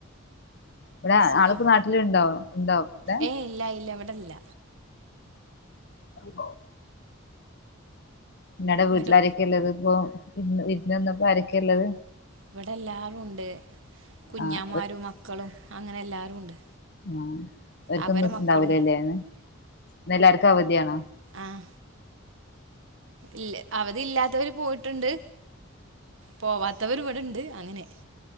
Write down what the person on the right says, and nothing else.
സുഖം
ഏയ് ഇല്ല ഇല്ല ഇവിടില്ല
എന്നിട്ട്
ഇവിടെ എല്ലാാരും ഉണ്ട് കുഞ്ഞാമാരും
മക്കളും അങ്ങനെ എല്ലാാരും ഉണ്ട്
അവരെ മക്കളും
ആഹ ഇല്ല അവധി ഇല്ലാത്തവര് പോയിട്ടുണ്ട് പോവാത്ത ഇവരി ഇവിടെണ്ട് അങ്ങനെ